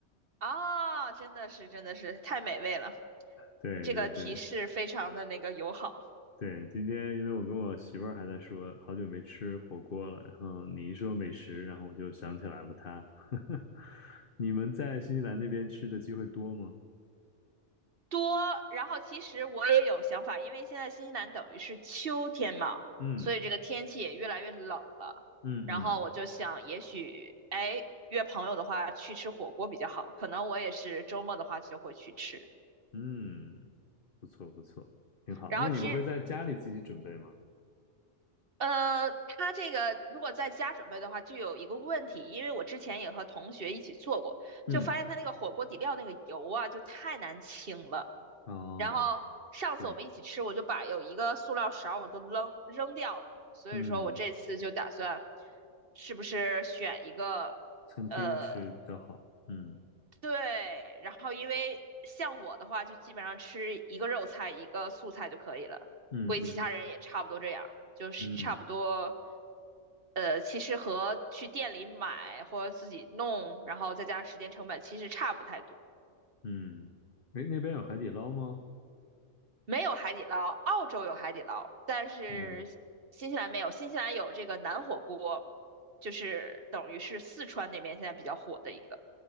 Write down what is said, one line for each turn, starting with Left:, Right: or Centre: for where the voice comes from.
Right: 啊，真的是，真的是太美味了！
Left: 对对对。
Right: 你这个提示非常的那个友好
Left: 对，今天因为我跟我媳妇儿还在说，好久没吃火锅了，然后你一说美食，然后我就想起来了她。<laughs> 你们在新西兰那边吃的机会多吗？
Right: 多。然后其实我也有想法，因为现在新西兰等于是秋天嘛，
Left: 嗯
Right: 所以这个天气也越来越冷了。
Left: 嗯嗯
Right: 然后我就想，也许哎约朋友的话去吃火锅比较好，可能我也是周末的话就会去吃。
Left: 嗯，不错不错，挺好。
Right: 然后其实
Left: 那你们会在家里自己准备吗？
Right: 呃，它这个如果在家准备的话，就有一个问题，因为我之前也和同学一起做过，
Left: 嗯，
Right: 就发现它那个火锅底料那个油啊，就太难清了。
Left: 哦，
Right: 然后上次我们一起吃，
Left: 对，
Right: 我就把有一个塑料勺我都扔扔掉了，所以说我这次就打算
Left: 嗯，
Right: 是不是选一个
Left: 餐厅吃比较好。
Right: 呃。
Left: 嗯
Right: 对，然后因为像我的话，就基本上吃一个肉菜一个素菜就可以了，
Left: 嗯嗯
Right: 估计其他人也差不多这样，就是差不多。
Left: 嗯
Right: 呃，其实和去店里买或者自己弄，然后再加上时间成本，其实差不太多。
Left: 嗯，诶，那边有海底捞吗？
Right: 没有海底捞，澳洲有海底捞，但是新西兰没有。
Left: 嗯，
Right: 新西兰有这个南火锅，就是等于是四川那边现在比较火的一个，